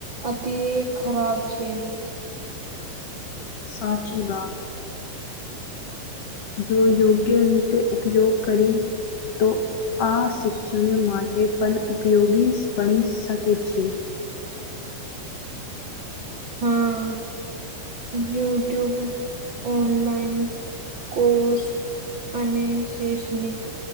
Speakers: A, on the right; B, on the left.
A: અતિરે ખરાબ છે.
B: સાચી બાત. જો યોગ્ય રીતે ઉપયોગ કરી તો આ શિક્ષણ માટે પણ ઉપયોગી ભણી શકે છે.
A: હા યુટ્યુબ ઓનલાઇન કોર્સ અને શૈક્ષણિક